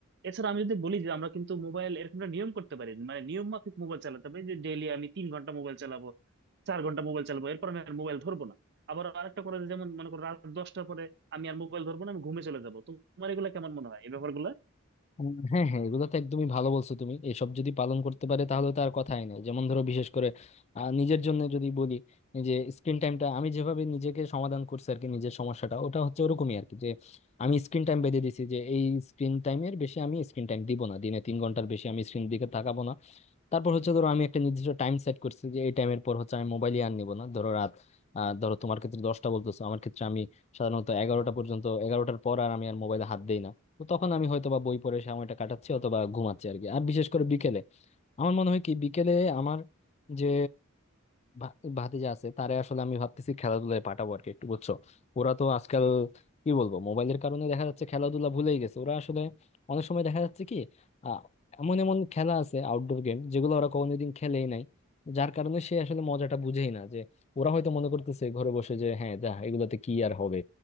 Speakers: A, on the right (about 55°); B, on the left (about 30°).
A: এছাড়া আমি যদি বলি যে আমরা কিন্তু মোবাইল এরকম একটা নিয়ম করতে পারি মানে নিয়ম মাফিক মোবাইল চালাতে পারি যে ডেইলি আমি তিন ঘন্টা মোবাইল চালাবো চার ঘন্টা মোবাইল চালাবো এরপর আমি আর মোবাইল ধরবো না আবার আরেকটা করা যায় যেমন মনে করো রাত দশটার পরে আমি আর মোবাইল ধরবো না আমি ঘুমে চলে যাবো তোমার এগুলো কেমন মনে হয় এই ব্যাপারগুলো
B: উম, হ্যাঁ হ্যাঁ এগুলো তো একদমই ভালো বলছো তুমি এসব যদি পালন করতে পারে তাহলে তো আর কথাই নাই যেমন ধরো বিশেষ করে আহ, নিজের জন্য যদি বলি এই যে স্ক্রিন টাইমটা আমি যেভাবে নিজেকে সমাধান করছি আর কি নিজের সমস্যাটা ওটা হচ্ছে ওরকমই আর কি যে আমি স্ক্রিন টাইম বেঁধে দিছি যে এই স্ক্রিন টাইমের বেশি আমি স্ক্রিন টাইম দিব না দিনে তিন ঘন্টার বেশি আমি স্ক্রিন দিকে তাকাবো না তারপর হচ্ছে ধরো আমি একটা নির্দিষ্ট টাইম সেট করছি যে এই টাইমের পর হচ্ছে আমি মোবাইলই আর নিব না ধরো রাত আহ, ধরো তোমার ক্ষেত্রে দশটা বলতেছো আমার ক্ষেত্রে আমি সাধারণত এগারোটা পর্যন্ত এগারোটার পর আর আমি আর মোবাইলে হাত দেই না তো তখন আমি হয়তো বা বই পড়ে সময়টা কাটাচ্ছি অথবা ঘুমাচ্ছি আর কি আর বিশেষ করে বিকেলে আমার মনে হয় কি বিকেলে আমার যে ভা- ভাতিজা আছে তারে আসলে আমি ভাবতেছি খেলাধুলায় পাঠাবো আর কি একটু বুঝছো ওরা তো আজকাল কি বলবো মোবাইলের কারণে দেখা যাচ্ছে খেলাধুলা ভুলেই গেছে ওরা আসলে অনেক সময় দেখা যাচ্ছে কি আহ, এমন এমন খেলা আছে আউটডোর গেম যেগুলো ওরা কোনোদিন খেলেই নাই যার কারণে সে আসলে মজাটা বুঝেই না যে ওরা হয়তো মনে করতেছে ঘরে বসে যে হ্যাঁ যা এগুলোতে কি আর হবে